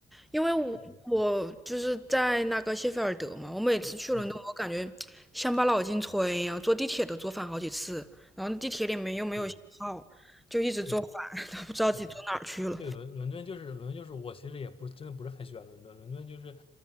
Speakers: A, in the centre; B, on the left (about 35°).
A: 因为我我就是在那个谢菲尔德嘛，
B: 嗯
A: 我每次去伦敦，
B: 嗯，
A: 我感觉乡巴佬进村一样，坐地铁都坐反好几次，然后地铁里面又没有信号，
B: 对
A: 就一直坐反，
B: 对，
A: <laughs> 都不知道自己坐哪儿去了。
B: 嗯。对，伦伦敦就是伦敦就是我其实也不真的不是很喜欢伦敦，伦敦就是